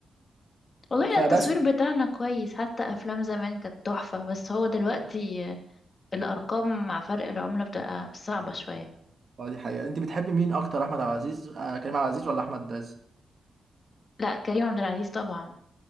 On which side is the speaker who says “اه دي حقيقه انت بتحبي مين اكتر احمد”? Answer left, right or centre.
Right